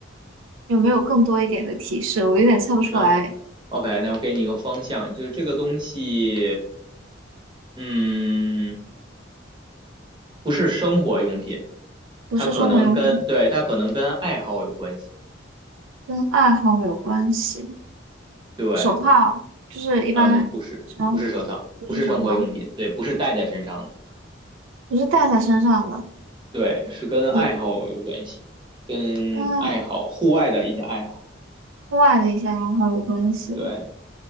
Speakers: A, on the right (about 85°); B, on the right (about 25°).
A: 有没有更多一点的提示？我有点猜不出来。
B: 嗯 OK，那我给你一个方向，就是这个东西，嗯，不是生活用品，
A: 不是生活用品，
B: 它可能跟，对，它可能跟爱好有关系。
A: 跟爱好有关系。
B: 对，
A: 手套就是一般什么
B: 嗯，不是，不是手套，
A: 不是手套，
B: 不是生活用品，对，不是戴在身上的，
A: 不是戴在身上的，
B: 对，是跟爱好有关系，
A: 也
B: 跟爱好，
A: 跟
B: 户外的一些爱好。
A: 户外的一些爱好有关系。
B: 对，